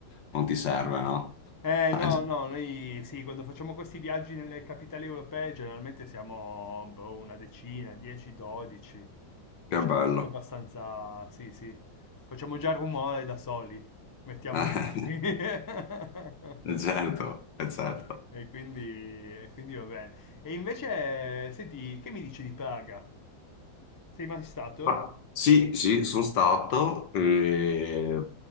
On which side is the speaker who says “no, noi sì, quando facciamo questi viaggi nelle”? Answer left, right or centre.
Left